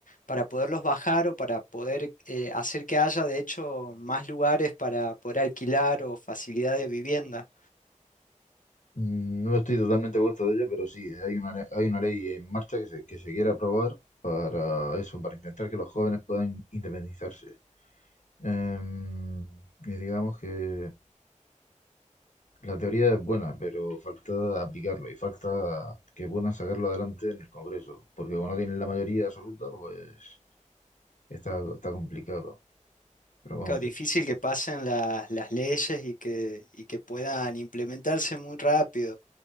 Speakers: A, on the left; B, on the left.
A: para poderlos bajar o para poder eh, hacer que haya de hecho más lugares para poder alquilar o facilidad de vivienda.
B: Mm, No estoy totalmente puesto de ello, pero sí, hay una, le- hay una ley en marcha que se, que se quiere aprobar para eso, para intentar que los jóvenes puedan independizarse. Em, y digamos que la teoría es buena, pero falta aplicarlo y falta que puedan sacarlo adelante en el Congreso, porque como no tienen la mayoría absoluta, pues Está, está complicado. Pero vamos,
A: Claro, difícil
B: eh, sí, sí, sí.
A: que pasen las, las leyes y que, y que puedan implementarse muy rápido.